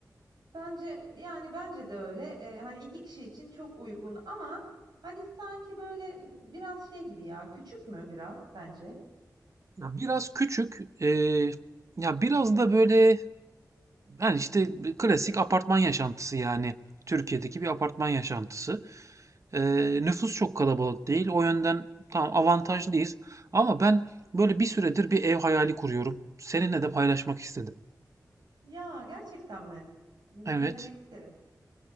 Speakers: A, on the right (about 85°); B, on the right (about 45°).
A: Bence yani bence de öyle. Eee, hani 2 kişi için çok uygun ama hani sanki böyle biraz şey gibi ya. Küçük mü biraz sence?
B: Ya biraz küçük, e, ya biraz da böyle hani işte klasik apartman yaşantısı yani. Türkiye'deki bir apartman yaşantısı. E, nüfus çok kalabalık değil. O yönden tam avantajlıyız. Ama ben böyle bir süredir bir ev hayali kuruyorum. Seninle de paylaşmak istedim.
A: Ya gerçekten mi? Dinlemek
B: Evet.
A: isterim.